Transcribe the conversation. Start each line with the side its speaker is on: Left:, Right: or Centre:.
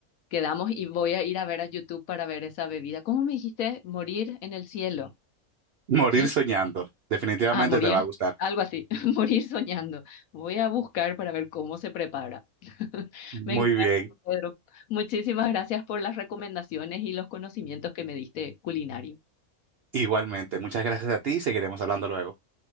Left: quedamos y voy a ir a ver a YouTube para ver esa bebida. ¿Cómo me dijiste? Morir en el cielo,
Right: Morir
Left: ¿sí?
Right: soñando. Definitivamente
Left: Ah, morir,
Right: te va a gustar.
Left: algo así, <laughs> morir soñando. Voy a buscar para ver cómo se prepara. <laughs>
Right: Muy
Left: Me encanta,
Right: bien.
Left: Pedro. Muchísimas gracias por las recomendaciones y los conocimientos que me diste culinario.
Right: Igualmente. Muchas gracias a ti y seguiremos hablando luego.